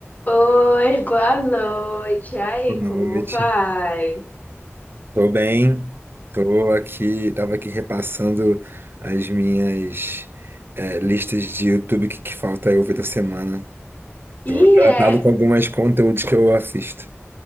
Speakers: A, on the left; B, on the right.
A: Oi, boa noite. E aí,
B: Boa
A: como
B: noite.
A: vai?
B: Tô bem. Tô aqui, tava aqui repassando as minhas eh, listas de YouTube que, que falta eu ver da semana.
A: E
B: Tô atrasado
A: é,
B: com alguns conteúdos que eu assisto.